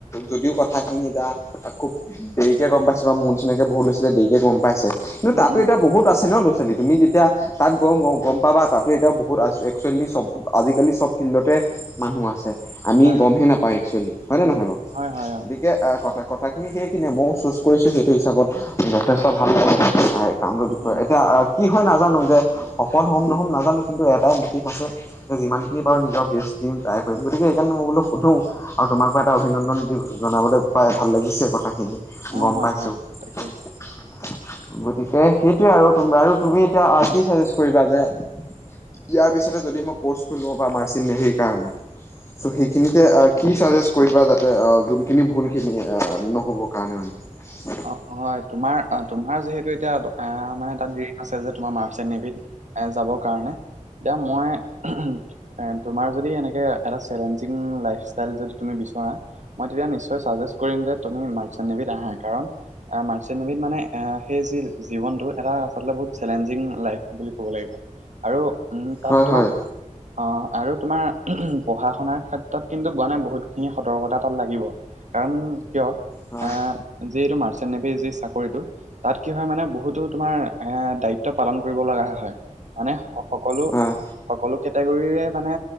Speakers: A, on the left; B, on the right.
A: যদিও কথাখিনি ইতা আকৌব দেৰিকে গম পাইছো বা মোৰ নিচিনাকে বহুত ল'ৰা-ছোৱালীয়ে দেৰিকে গম পাইছে। কিন্তু
B: উম
A: তাতো
B: উম
A: এতিয়া বহুত আছে ন ল'ৰা-ছোৱালী তুমি তেতিয়া তাত গ গম পাবা তাতো এতিয়া বহুত আ একচুৱেলি চব আজিকালি চব ফিল্ডতে মানুহ আছে, আমি
B: হয়
A: গমহে
B: হয়
A: নাপাওঁ একচুৱেলি হয়নে
B: উম
A: নহয়
B: উম
A: বাৰু।
B: হয় হয়
A: গতি-
B: অ
A: কে আ কথা কথাখিনি সেইখিনিয়ে মই চুজ কৰিছো সেইটো হিচাপত যথেষ্ট ভাল লাগে। হাই- কামটোৰ
B: উম
A: বিষয়ে
B: উম
A: এতিয়া কি হয় নাজানো যে সফল হ'ম নহ'ম নাজানো কিন্তু এটাই মটিভ আছে যে যিমানখিনি বাৰু নিজৰ ব্যস্ত দিম, ট্ৰাই কৰিম। গতিকে সেইকাৰণে মই বোলো সোধোঁ আৰু তোমাকো এটা অভিনন্দন যি জনাবলৈ পাই ভাল লাগিছে কথাখিনি
B: অ
A: গম
B: হয়
A: পাইছোঁ।
B: হয় তাকে
A: গতিকে সেইটোয়ে আৰু আৰু তুমি এতিয়া কি চাজেষ্ট কৰিবা যে ইয়াৰ পিছতে যদি মই কৰ্চটো লওঁ বা মাৰ্চেন্ট নেভিৰ কাৰণে ত' সেইখিনিতে কি চাজেষ্ট কৰিবা যাতে অ যোনখিনি ভুল খিনি নহ'ব কাৰণে মানে। <unintelligible>
B: অ' হয় তোমাৰ অ তোমাৰ যিহেতু এতিয়া মানে তাত ড্ৰীম আছে যে তোমাৰ ম। মাৰ্চেন নেভিত এ যাবৰ কাৰণে এতিয়া মই। তোমাৰ যদি এনেকে এটা চেলেঞ্জিং লাইফ ষ্টাইল যদি তুমি বিচৰা। মই তেতিয়া নিশ্চয় চাজেষ্ট কৰিম যে তুমি মাৰ্চেন নেভিত আহা কাৰণ। মাৰ্চেন্ট নেভিত মানে সেই যি জীৱনটো এটা আচল বহুত চেলেঞ্জিং লাইফ বুলি ক'ব লাগিব। আৰু উম তাত
A: হয়
B: তোমাৰ।
A: হয়
B: অ' আৰু তোমাৰ পঢ়া শুনাৰ ক্ষেত্ৰত কিন্তু কোৱা নাই বহুতখিনি সতৰ্কতা তাত লাগিব। কাৰণ কিয়,
A: হয়
B: আহ যিটো মাৰ্চেন্ট নেভিৰ যি চাকৰিটো। তাত কি হয় মানে বহুতো তোমাৰ এ দায়িত্ব পালন কৰিব লগা হয় মানে। সকলো-
A: হয়
B: সকলো কেটেগৰীৰে মানে